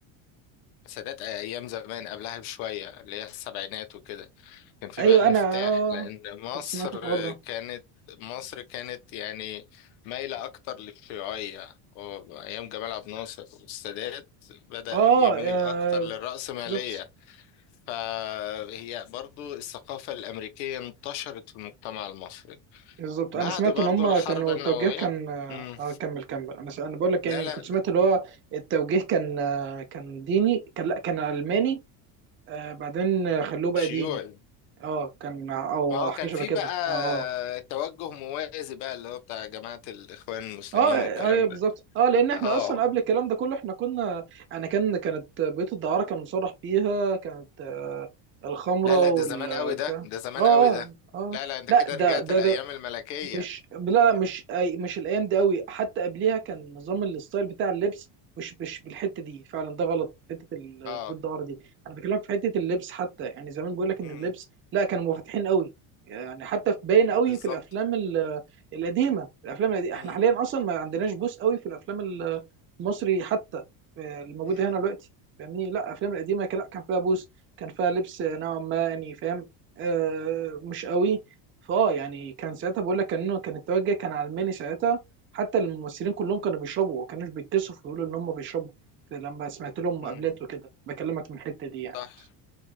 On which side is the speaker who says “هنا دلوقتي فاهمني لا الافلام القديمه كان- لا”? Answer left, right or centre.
Right